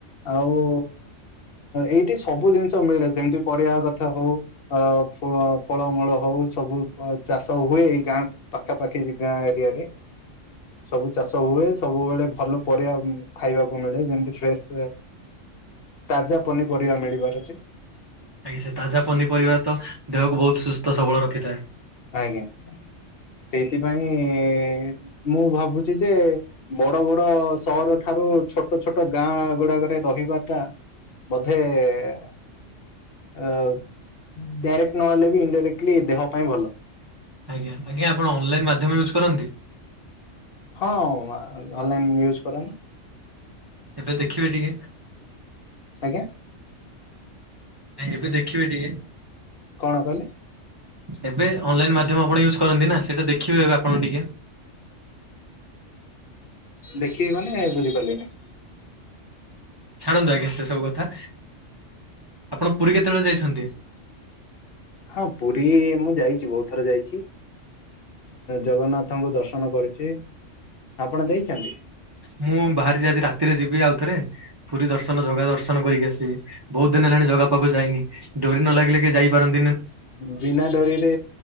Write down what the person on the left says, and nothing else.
ଆଉ ଏଇଠି ସବୁ ଜିନିଷ ମିଳେ ଯେମିତି ପରିବା କଥା ହଉ ଆ ଫଳମୂଳ ହଉ ସବୁ ଚାଷ ହୁଏ ଏଇ ଗାଁ ପାଖାପାଖି ଗାଁ ଏରିଆରେ ସବୁ ଚାଷ ହୁଏ ସବୁବେଳେ ଭଲ ପରିବା ଖାଇବାକୁ ମିଳେ ଯେମତି ଫ୍ରେଶ ତାଜା ପନିପରିବା ମିଳିବାର ଅଛି।
ଆଜ୍ଞା
ସେଇଥିପାଇଁ ମୁଁ ଭାବୁଛି ଯେ ବଡ ବଡ ସହର ଠାରୁ ଛୋଟ ଛୋଟ ଗାଁ ଗୁଡାକରେ ରହିବାଟା ବୋଧେ <unintelligible> ନହଲେ ବି ଇନ୍ଡାଇରେକ୍ଟଲି ଦେହ ପାଇଁ ଭଲ।
ହଁ ଅନଲାଇନ୍ ୟୁଜ କରନି।
ଆଜ୍ଞା।
କଣ କଲେ?
ଦେଖିବି ମାନେ ବୁଝିପାରିଲିନି।
ହଁ ପୁରୀ ମୁଁ ଯାଇଛି ବହୁତ ଥର ଯାଇଛି ଜଗନ୍ନାଥଙ୍କୁ ଦର୍ଶନ କରୁଛି ଆପଣ ଯାଇଛନ୍ତି?
ବିନା ଡରିରେ